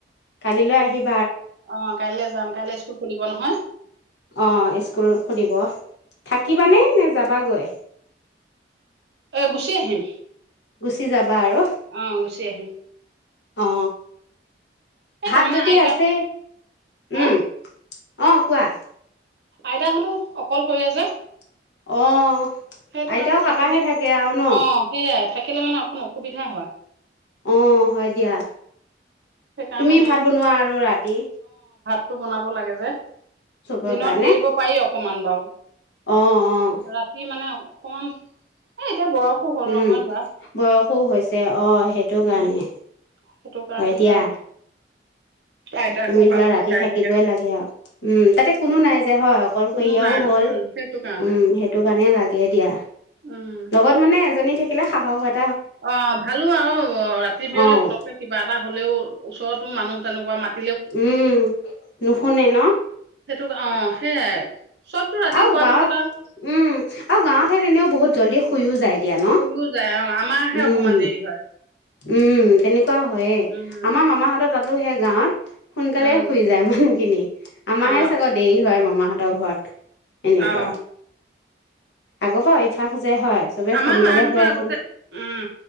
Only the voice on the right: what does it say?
অ কাইলৈ যাম কাইলৈ স্কুল খুলিব নহয়।
অ গুচি আহিম।
অ গুচি আহিম
এই
তাৰমানে
আইতা
হা
আইতাহঁতো অকল হৰিয়া যে।
সেইটো
কাৰণে থাকিলে
অ সেইয়াই থাক থাকিলে মানে অকণ অসুবিধা হয়
সেইকাৰণে
টো বনাব লাগে যে
দিনত
এৰিব পাৰিক অকমান বাও
ৰাতি মানে অকমান এ এতিয়া বয়সো হ'ল
নহয় ধৰা
উম,
সেইটো কাৰণে
ধৰা আইতা
কঁকালো
বিষাই
থাকে
কোনো নাই
উম, সেইটো কাৰণে
উম।
অ ভালো আৰু ৰাতি বিয়লি
পতককে কিবা এটা হলেও ওচৰতো মানুহ তেনেকুৱ ম
তোক অ সেইয়াই চবতো ৰাতি
শোৱাৰ
পিছত আৰু
শুইও যায় অ আমাৰাহে
অকমান দেৰি হয়
উম
উম
অ
অ
আমাৰ
মাহঁতো
আগতে
উম